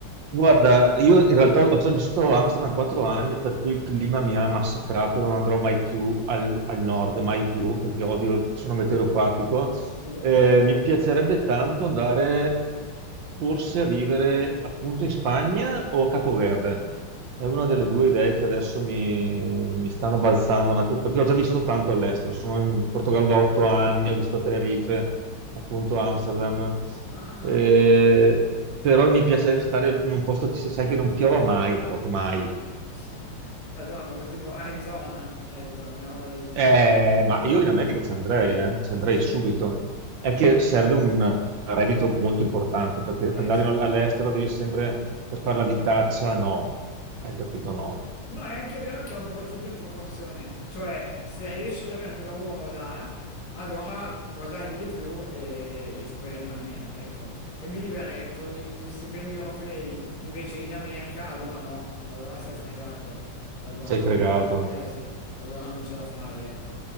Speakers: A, on the right; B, on the left.
A: Guarda, io in realtà ho già vissuto a Amsterdam quattro anni, per cui il clima mi ha massacrato e non andrò mai più al, al nord, mai più, perché odio, sono meteoropatico.
B: Anche io?
A: Eh, mi piacerebbe tanto andare forse a vivere appunto in Spagna o a Capoverde. È una delle due idee che adesso mi, mi stanno balzando, un attimo, perché ho già vissuto tanto all'estero. Sono in Portogallo da otto anni, ho vissuto a Tenerife, appunto Amsterdam.
B: Ah,
A: Eh,
B: ok.
A: però mi piace stare in un posto che si sai che non piova mai, proprio mai.
B: <laughs> E allora proprio tipo Arizona, ecco, una roba del genere.
A: Eh, ma io in America ci andrei, eh,
B: Sì,
A: ci andrei
B: sì, sì.
A: subito. È che serve un reddito molto importante, perché
B: Eh
A: andare
B: sì.
A: in- all'estero devi sempre per fare la vitaccia, no. Hai capito? No.
B: No, è anche vero che è un po' tutto in proporzione, cioè se riesci ad avere un lavoro là, allora guadagni di più e, e ci puoi rimanere, ecco. E vivere con gli gli stipendi europei invece in America, allora no, allora sei fregato, E allora
A: Sei
B: non,
A: fregato.
B: eh sì, allora non ce la fai, ecco.